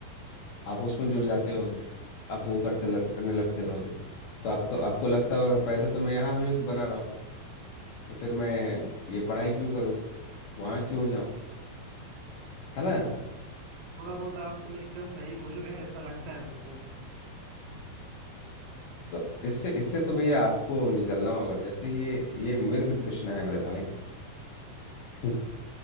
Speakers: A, on the left; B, on the right.
A: आप उसमें जुड़ जाते होगे आप वो करते लग, करने लगते होगे तो आपको आपको लगता होगा पैसे तो मैं यहाँ भी बना रहा हूँ तो फिर मैं ये पढ़ाई क्यों करूँ वहाँ क्यों जाऊँ है ना ऐसा
B: थोड़ा बहुत आप एकदम सही बोल रहे हैं ऐसा लगता है मेरे को
A: तो इससे इससे तो भैया आपको निकलना होगा जैसे ये ये मृग तृष्णा है मेरे भाई <laughs>